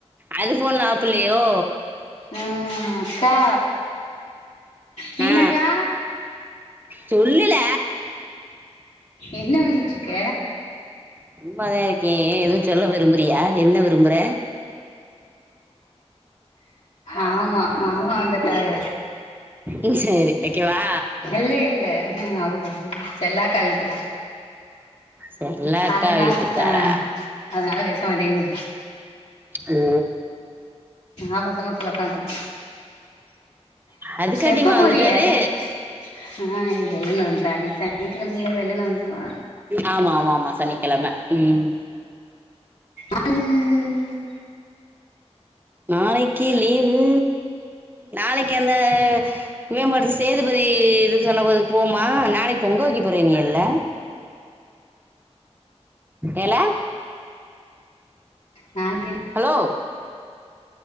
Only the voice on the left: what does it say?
ஆ, அக்கா மீனாக்கா
என்ன பண்ணிட்ருக்க
ஆமா மாமா வந்துட்டாக
இல்ல இல்ல அவுக செல்லாக்கா வீட்டுக்கார்
அதனால்
ஆ அதனால பேச மாட்டேங்கி
ஆமா தோட்டத்துல உக்காந்துருக்
எப்ப போரிய
ஆ இன்னக்கு வெல்லன வன்டாக இன்னக்கி சனிக்கெழமேல வெல்லன வந்துருவா
அ ம்
நா கிளு